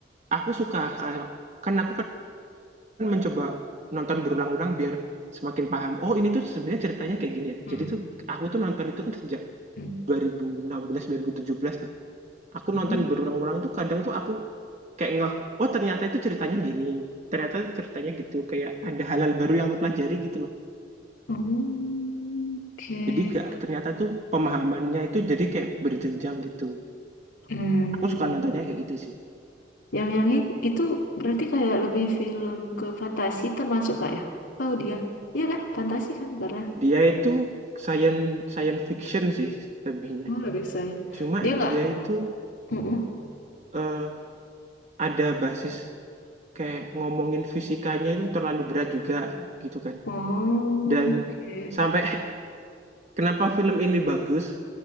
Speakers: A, on the right; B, on the left.
A: aku suka kalau kan aku kan mencoba nonton berulang-ulang biar semakin paham. Oh, ini tuh sebenarnya ceritanya kayak gini ya.
B: Hmm.
A: Jadi tuh aku tuh nonton itu kan sejak
B: Hmm.
A: 2016 2017 lah. Aku
B: Hmm.
A: nonton berulang-ulang tuh kadang tuh aku kayak ngeh, oh ternyata itu ceritanya gini. Ternyata ceritanya gitu, kayak ada hal-hal baru yang aku pelajari gitu loh.
B: Hmm. Oke.
A: Jadi nggak ternyata tuh pemahamannya itu jadi kayak berjenjang gitu.
B: Hmm.
A: Aku suka nontonnya kayak gitu sih.
B: Yang yang it- itu berarti kayak lebih film ke fantasi termasuk kak ya? Tahu dia? Iya kan? Fantasi kan karena
A: Dia itu science science fiction sih lebihnya.
B: oh lebih saya.
A: Cuma
B: Dia nggak?
A: dia itu
B: Mm-mm.
A: eh, ada basis kayak ngomongin fisikanya itu terlalu berat juga gitu kan.
B: Oh,
A: Dan
B: oke.
A: sampai <laughs> kenapa film ini bagus?